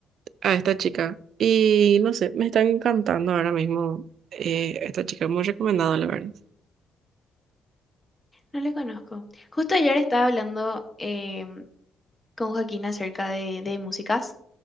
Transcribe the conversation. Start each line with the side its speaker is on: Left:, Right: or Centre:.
Right: a esta chica. Y no sé, me están encantando ahora mismo eh, esta chica, muy recomendado, la verdad.
Left: No le conozco. Justo ayer estaba hablando em, con Joaquín acerca de, de músicas.